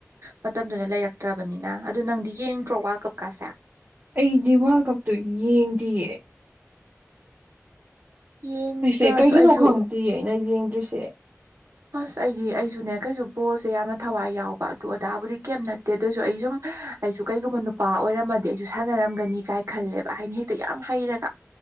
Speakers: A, on the right (about 65°); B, on the right (about 45°).
A: ꯃꯇꯝꯗꯨꯅ ꯂꯩꯔꯛꯇ꯭ꯔꯕꯅꯤꯅ ꯑꯗꯨ ꯅꯪꯗꯤ ꯌꯦꯡꯗ꯭ꯔꯣ ꯋꯥ ꯀꯞꯀꯥꯁꯦ
B: ꯑꯩꯗꯤ ꯋꯥꯔꯜ ꯀꯞꯇꯨ ꯌꯦꯡꯗꯤꯌꯦ
A: ꯌꯦꯡꯗ꯭ꯔꯁꯨ
B: ꯑꯩꯁꯦ ꯀꯩꯒꯤꯅꯣ
A: ꯑꯩꯁꯨ
B: ꯈꯪꯗꯦ ꯑꯩꯅ ꯌꯦꯡꯗ꯭ꯔꯤꯁꯦ
A: ꯑꯁ ꯑꯩꯗꯤ ꯑꯩꯁꯨꯅꯦ ꯀꯩꯁꯨ ꯕꯣꯜꯁꯦ ꯌꯥꯝꯅ ꯊꯋꯥꯏ ꯌꯥꯎꯕ ꯑꯗꯨꯗꯣ ꯑꯣꯗꯥꯥꯕꯨꯗꯤ ꯀꯩꯝ ꯅꯠꯇꯦ ꯑꯗꯨꯑꯣꯏꯁꯨ ꯑꯩ ꯁꯨꯝ ꯑꯩꯁꯨ ꯀꯩꯒꯨꯝꯕ ꯅꯨꯄꯥ ꯑꯣꯏꯔꯝꯃꯗꯤ ꯑꯩꯁꯨ ꯁꯥꯟꯅꯔꯝꯒꯅꯤ ꯀꯥꯏ ꯈꯜꯂꯦꯕ ꯍꯥꯏꯅ ꯍꯦꯛꯇ ꯌꯥꯝ ꯍꯩꯔꯒ